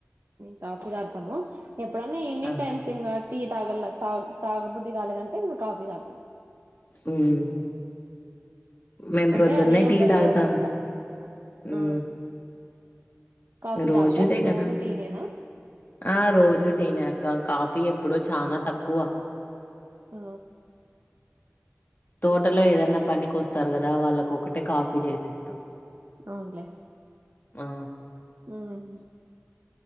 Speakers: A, on the right (about 65°); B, on the left (about 45°).
A: కాఫీ తాగుతము ఎప్పుడన్నా ఈవినింగ్
B: ఆ
A: టైమ్స్ ఇంగా టీ తాగల్ల తాగ్ తాగ బుద్ధి గాలేదంటే ఇంగ కాఫీ తాగుతం
B: ఉమ్ మేము
A: అంటే
B: ప్రొద్దున్నే
A: అదే
B: టీ
A: ఉండదు
B: తాగుతాము
A: రోజు ఇంగా
B: ఉమ్
A: ఆ కాఫీ
B: రోజుదే
A: దాగరా రోజు
B: కదా
A: టీ నేనా
B: ఆ రోజు టీ నే అక్క కాఫీ ఎప్పుడో చాన తక్కువ
A: ఆ
B: తోటలో ఏదన్న పనికి వస్తారు గదా వాళ్ళకు ఒకటే కాఫీ చేసిస్తాం
A: అవునులే
B: ఆ
A: ఉమ్